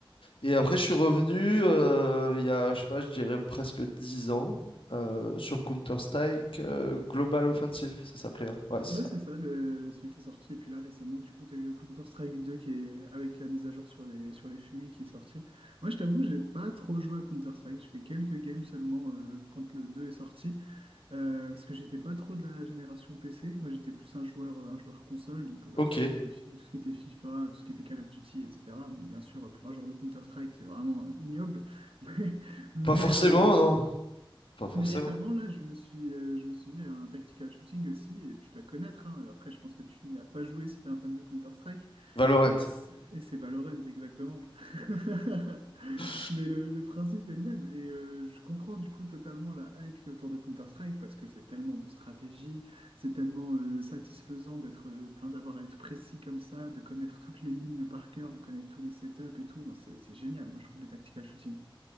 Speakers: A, on the left; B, on the right.
A: Et après, je suis revenu euh, il y a, je sais pas, je dirais presque 10 ans euh, sur Counter-Strike euh, Global Offensive, ça s'appelait. hein. Ouais, c'est
B: ouais
A: ça.
B: c'est ça, le, celui qui est sorti. Et puis là, récemment, du coup, tu as eu le Counter-Strike 2 qui est avec la mise à jour sur les, sur les FUMI qui est sorti. Moi, je t'avoue, j'ai pas trop joué à Counter-Strike. J'ai fait quelques games seulement euh, quand le 2 est sorti. euh, parce que j'étais pas trop de la génération PC. Moi, j'étais plus un joueur, euh, un joueur console. Donc, euh,
A: Ok.
B: bah, tout ce qui était, fi- tout ce qui était FIFA, tout ce qui était Call of Duty, etc. Donc, bien sûr, pour un joueur de Counter-Strike, c'est vraiment euh, ignoble. <laughs> Mais, mais,
A: Pas forcément,
B: euh,
A: non. Pas forcément.
B: Mais récemment, là, je me suis, euh, je me suis mis à un tactical shooting aussi, et tu dois connaître, hein. Après, je pense que tu n'y as pas joué si tu es un fan de Counter-Strike,
A: Valorant.
B: et c'est et c'est Valorant, exactement. <laughs>
A: <laughs>
B: Mais le, le principe est le même, et euh, je comprends du coup totalement la hype qui est autour de Counter-Strike, parce que c'est tellement de stratégie, c'est tellement euh, satisfaisant d'être, euh, enfin, d'avoir à être précis comme ça, de connaître toutes les lignes par cœur, de connaître tous les setups et tout. Non, c'est c'est génial, moi je trouve les tactical shooting.